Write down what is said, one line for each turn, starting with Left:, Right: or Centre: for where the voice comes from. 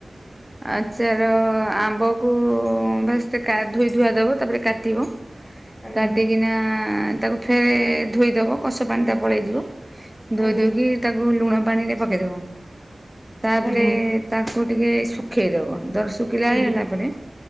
Centre: ଆଛାର ଆମ୍ୱକୁ ବାସ୍ ସେ କା ଧୋଇ ଧୁଆ ଦବ ତାପରେ କାଟିବ
Left: ଆଜ୍ଞା
Centre: କାଟିକିନା ତାକୁ ଫେରେ ଧୋଇଦେବ କଷ ପାଣିଟା ପଳେଇଯିବ ଧୋଇଦୋଇକି
Left: ଆଜ୍ଞା
Centre: ତାକୁ ଲୁଣ ପାଣିରେ ପକେଇଦବ। ତାପରେ
Left: ଆଜ୍ଞା
Centre: ତାକୁ ଟିକିଏ ଶୁଖେଇଦବ ଦର ଶୁଖିଲା
Left: ଆଜ୍ଞା
Centre: ହେଇଗଲା ପରେ।